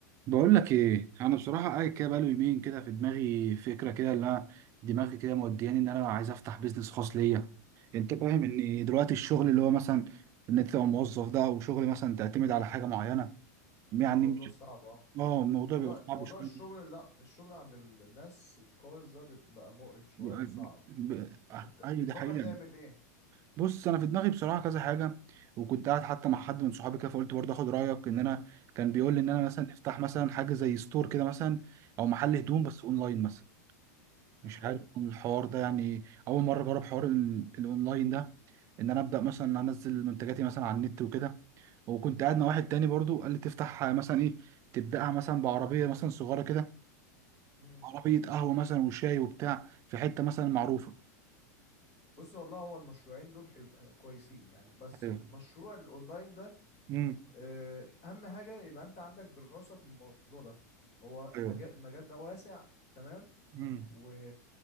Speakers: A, on the right; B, on the left.
A: بقول لك ايه انا بصراحه قاعد كده بقاله يومين كده في دماغي فكره كده اللي انا دماغي كده مودياني ان انا عايز افتح بيزنس خاص ليا انت فاهم ان دلوقتي الشغل اللي هو مثلا ان انت تبقى موظف ده او شغل مثلا تعتمد على حاجه معينه يعني
B: موضوع
A: مش
B: صعب اه
A: اه الموضوع
B: موضوع
A: بيبقى صعب
B: موضوع
A: شويه
B: الشغل لا الشغل عند ال- الناس الخالص ده بيبقى مقرف شوية
A: بيبقى-
B: وصعب
A: ب- آه،
B: انت
A: ايوه
B: بتفكر
A: ده حقيقه
B: تعمل ايه
A: بص انا في دماغي بصراحه كذا حاجه وكنت قاعد حتى مع حد من صحابي كده فقلت برضه اخد رايك ان انا كان بيقول لي ان انا
B: امم
A: مثلا افتح مثلا حاجه زي ستور كده مثلا او محل هدوم
B: امم
A: بس اونلاين مثلا مش
B: حلو
A: عارف عن الحوار ده يعني اول مره اجرب حوار ال- الاونلاين ده ان انا ابدا مثلا انزل منتجاتي مثلا على النت وكده وكنت قاعد مع واحد تاني برضو قال لي تفتح مثلا ايه تبداها مثلا بعربيه مثلا صغيره كده
B: امم
A: عربيه قهوه مثلا وشاي وبتاع في حته مثلا معروفه
B: بص والله هو المشروعين دول حلو كويسين يعني بس
A: ايوه
B: مشروع الاونلاين ده
A: امم
B: آه، اهم حاجة يبقى انت عندك دراسة في الموضوع ده هو
A: ايوه
B: مجال المجال ده واسع تمام
A: امم
B: و...